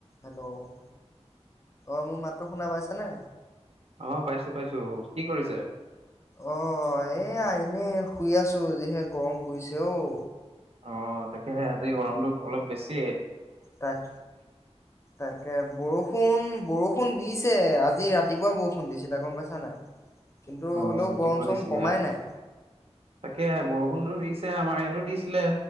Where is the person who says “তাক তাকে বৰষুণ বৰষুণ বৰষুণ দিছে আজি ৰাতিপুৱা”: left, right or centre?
Left